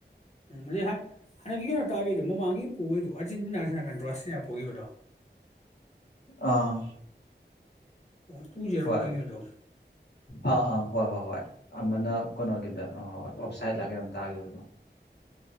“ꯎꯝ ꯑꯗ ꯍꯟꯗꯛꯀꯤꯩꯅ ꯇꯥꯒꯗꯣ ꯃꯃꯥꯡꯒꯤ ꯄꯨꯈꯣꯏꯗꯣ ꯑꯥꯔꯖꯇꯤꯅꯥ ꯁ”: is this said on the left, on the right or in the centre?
Left